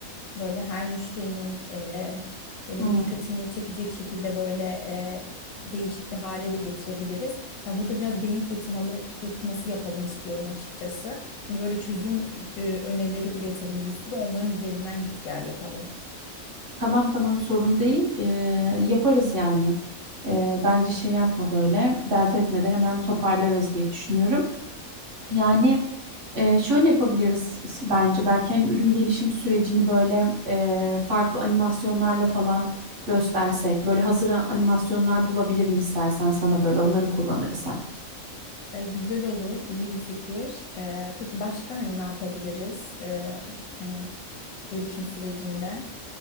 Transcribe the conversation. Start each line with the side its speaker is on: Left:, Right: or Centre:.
Left: böyle her müşterinin e, böyle
Right: Tamam
Left: dikkatini çekecek şekilde böyle e, değişik bir hale de getirebiliriz. Ya burada biraz beyin fırtınalı fırtınası yapalım istiyorum açıkçası. Hani böyle çözüm e, önerileri üretelim bir sürü onların üzerinden git gel yapalım.
Right: tamam tamam, sorun değil. Ee, yaparız yani. Ee, bence şey yapma böyle dert etme de hemen toparlarız diye düşünüyorum. Yani e, şöyle yapabiliriz s- bence belki hani ürün gelişim sürecini böyle e, farklı animasyonlarla falan göstersek. Böyle hazır animasyonlar bulabilirim istersen sana böyle onları kullanırız
Left: E, güzel olur, iyi bir fikir. E, peki başka hani ne yapabiliriz? E, hani gelişim sürecinde.